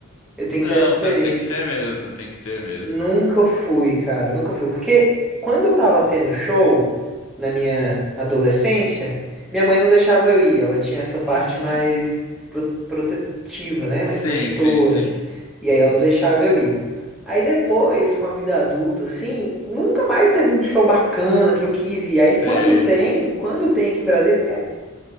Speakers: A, in the centre; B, on the left.
A: Eu tenho
B: Não,
A: que ter essa experiência.
B: tá, tem que ter mesmo, tem que ter mesmo.
A: Nunca fui, cara, nunca fui. Porque quando eu tava tendo show na minha adolescência, minha mãe não deixava eu ir. Ela tinha essa parte
B: Uhum.
A: mais pro- protetiva, né? Mais
B: Sim,
A: protetora.
B: sim, sim.
A: E
B: Uhum.
A: aí ela não deixava eu ir. Aí depois, com a vida adulta, assim, nunca mais teve um show bacana que eu quis ir.
B: Sei.
A: Aí quando tem, quando tem aqui em Brasília, é